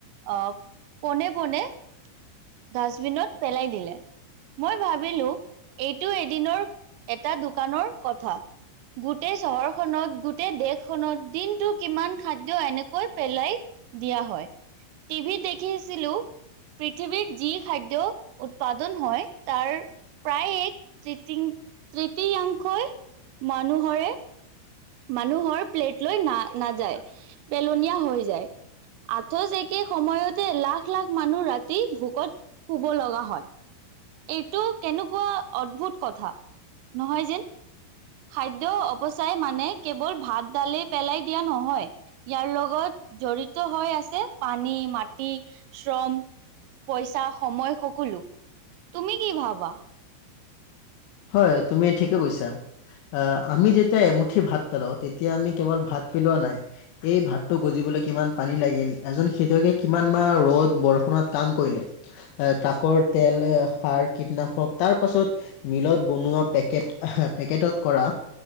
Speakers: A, on the right; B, on the left.
A: আহ পোনে পোনে ডাষ্টবিনত পেলাই দিলে। মই ভাবিলোঁ এইটো এদিনৰ এটা দোকানৰ প্ৰথা। গোটেই চহৰখনত গোটেই দেশখনত দিনটো কিমান খাদ্য এনেকৈ পেলাই দিয়া হয়, টিভিত দেখি আছিলোঁ পৃথিৱীত যি খাদ্য উৎপাদন হয় তাৰ প্ৰায় এক তং তৃতীতয়াংশই মানুহৰে মানুহৰ প্লেট লৈ না নাযায় পেলনীয়া হৈ যায়। আকৌচ একে সময়তে লাখ লাখ মানুহ ৰাতি ভোকত শুব লগা হয়। এইটো কেনেকুৱা অদ্ভুত কথা নহয় যেন। খাদ্য অপচয় মানে কেৱল ভাত ডালয়ে পেলাই দিয়া নহয়। ইয়াৰ লগত জড়িত হৈ আছে পানী, মাটি, শ্ৰম। পইচা সময় সকলো। তুমি কি ভাবা?
B: হয়, তুমি ঠিকে কৈছা। আহ আমি যেতিয়া এমুঠি ভাত পেলাও তেতিয়া আমি কেৱল ভাত পেলোৱা নাই। এই ভাতটো গজিবলৈ কিমান পানী লাগিল এজন খেতিয়কে কিমান মাহ ৰ'দ বৰষুণত কাম কৰিলে এ ট্ৰাকৰ তেল, সাৰ কীটনাশক তাৰপাছত মিলত বনোৱা পেকেট পেকেটত কৰা